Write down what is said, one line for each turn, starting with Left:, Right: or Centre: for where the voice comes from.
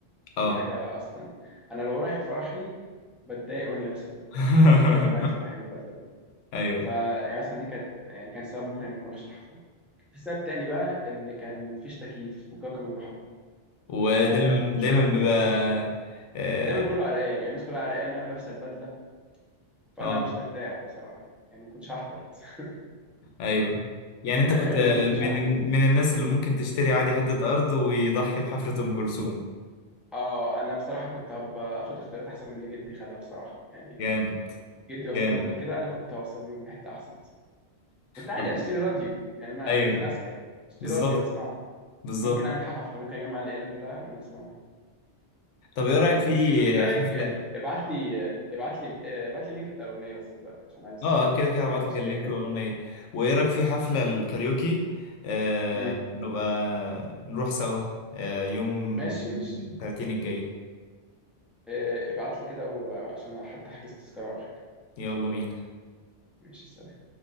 Left: اه
Centre: دي حاجه اصلا انا لو رايح فرحي بتضايق وانا لابس البدله
Left: <laughs>
Centre: يعني كنت متضايق وانا رايح فرحي بالبدله بجد
Left: ايوه
Centre: فيعني مثلا دي كانت يعني كان سبب ممكن اني ما اروحش الحفله في سبب تاني بقى ان كان مفيش تكييف والجو كان بيبقى حر
Left: ودايما
Centre: يعني كنت
Left: دايما
Centre: بشوف
Left: بيبقى اه
Centre: دايما كله عرقان يعني الناس كلها عرقانه ولابسه البدله فانا
Left: آه،
Centre: مش مرتاح بصراحه يعني يعني ما كنتش هحضر بس. <laughs>
Left: ايوه يعني انت
Centre: يعني
Left: كنت
Centre: غالبا ما كنتش
Left: من
Centre: هحضر يعني
Left: من الناس اللي ممكن تشتري عادي حتة ارض ويضحي بحفرة ام كلثوم
Centre: اه انا بصراحه كنت هبقى اخد اختيارات احسن من اللي جدي خدها بصراحه يعني
Left: جامد
Centre: جدي وصلنا
Left: جامد
Centre: لكده انا كنت هوصل بيهم لحته احسن بصراحه كنت عادي
Left: طب
Centre: اشتري راديو يعني انا
Left: ايوه
Centre: انسان اذكى يعني اشتري
Left: بالظبط
Centre: راديو اسمعها
Left: بالظبط
Centre: ممكن اعمل حفله ممكن اجمع العيله كلها ونسمعها يعني.
Left: طب ايه رايك في
Centre: بس ايه رايك
Left: حفلة
Centre: آه، ابعت لي آه، ابعت لي آه، ابعت لي اللينك بتاع الاغنيه بس دلوقتي عشان عايز اسمعها
Left: اه كده كده
Centre: بتاعت
Left: هبعت
Centre: مسار
Left: لك اللينك
Centre: اجباري
Left: والاغنية وايه رايك في حفلة الكاريوكي آه
Centre: امم
Left: نبقى نروح سوا آه يوم
Centre: ماشي ماشي
Left: 30 الجاي
Centre: آه، ابعت لي كده وعشان حتى احجز تذكرة او حاجة
Left: يلا بينا
Centre: ماشي سلام